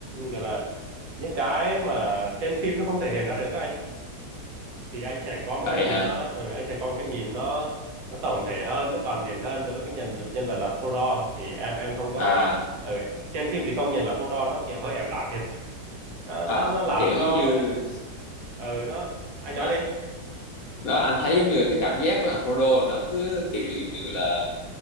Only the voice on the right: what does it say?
gọi là những cái mà trên phim nó không thể hiện ra được á anh thì anh sẽ có một
cái nhìn
nó ừ, anh sẽ có một cái nhìn nó nó tổng thể hơn nó toàn diện hơn đối với cái nhân nhân vật là Frodo thì em em không có
ừ, trên phim thì công nhận là Frodo nó kiểu hơi ẻo lả thiệt nó
nó, nó làm
cho
ừ, nó anh
nói đi